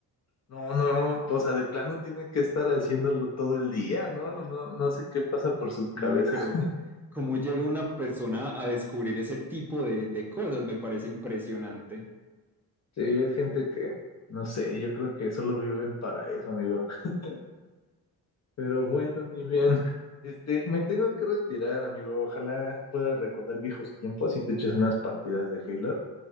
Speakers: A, on the left (about 35°); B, in the centre.
A: no, no, o sea, de plano tienen que estar haciéndolo todo el día, ¿no? No, no sé qué pasa por sus cabezas.
B: Y, pero, ¿cómo llega una persona a descubrir ese tipo de, de cosas? Me parece impresionante.
A: Sí, es gente que, no sé, yo creo que solo viven para eso, amigo. <laughs> Pero bueno, mi bien, este, me tengo que retirar, amigo. Ojalá puedas recordar viejos tiempos y te eches unas partidas de Halo.